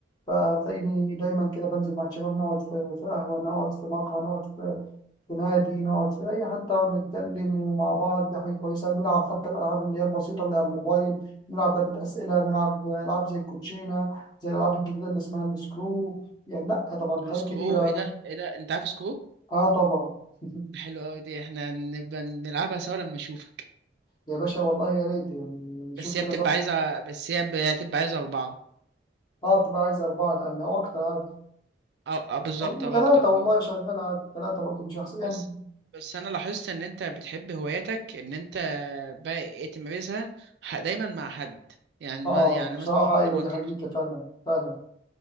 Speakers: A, on the left; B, on the right.
A: فتلاقيني دايما كده بنزل مع الشباب نقعد في في قهوة نقعد في مقهى نقعد في في نادي نقعد في أي حتة ونتكلم ومع بعض دي حاجة كويسة نلعب حتى الألعاب اللي هي البسيطة اللي على الموبايل نلعب لعبة أسئلة نلعب ألعاب زي الكوتشينة زي الألعاب الجديدة اللي اسمها السكرو يعني لأ طبعا
B: السكرو
A: حاجات كتيرة
B: إيه ده إيه ده أنت عارف سكرو
A: آه طبعا <laughs>
B: حلو أوي دي إحنا نبقى نلعبها سوا لما أشوفك
A: يا باشا والله يا ريت يعني شوف
B: بس هي
A: كده
B: بتبقى عايزة بس هي بتبقى عايزة أربعة
A: اه بتبقى عايز أربعة لأقل أو أكتر عادي
B: أو أو بالظبط
A: أو
B: أو
A: وتلاتة
B: أكتر أه
A: والله شغال عادي تلاتة برضه مش أحسن
B: آه،
A: يعني
B: بس بس انا لاحظت ان انت بتحب هواياتك ان انت بقى إيه تمارسها ح- دايما مع حد يعني
A: اه
B: ما- يعني
A: بصراحة
B: مثلا
A: أيوة
B: انت ما
A: دي
B: قلتليش
A: حقيقة فعلا فعلا